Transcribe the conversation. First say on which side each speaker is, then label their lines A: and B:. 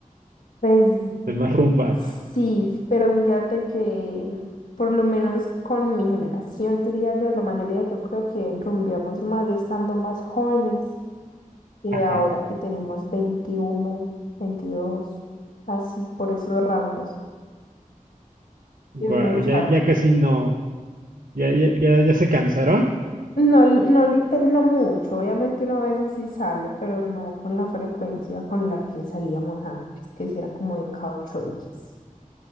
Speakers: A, on the left; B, on the right.
A: Pues
B: De más rumba.
A: Sí, pero fíjate que por lo menos con mi generación, diría yo, la mayoría yo creo que rumbeamos más estando más jóvenes que
B: Ajá.
A: ahora que tenemos veintiuno, veintidós, así, por esos rangos. Es
B: Guau,
A: muy charro.
B: ya, ya casi no. Ya, ya, ya, ya se cansaron.
A: No, li- no, lite- no mucho, obviamente uno a veces sí sale, pero no con la frecuencia con la que salíamos antes, que si era como de cada ocho días.